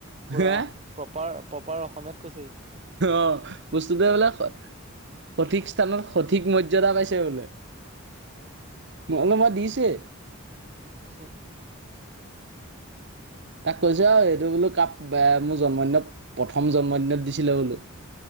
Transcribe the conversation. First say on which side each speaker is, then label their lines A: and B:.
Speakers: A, on the right; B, on the right.
A: পুৰা
B: হে
A: প্ৰপাৰ, প্ৰপাৰ অসমীয়াত কৈছে ই।
B: অ', বস্তুটোৱে বোলে, সঠিক স্থানত, সঠিক মৰ্যদা পাইছে বোলে। মানে মা দিছে।
A: হো
B: তাক কৈছোঁ আউ এইটো বোলো কাপ, এ মোৰ জন্মদিনত প্ৰথম জন্মদিনত দিছিলে বোলো।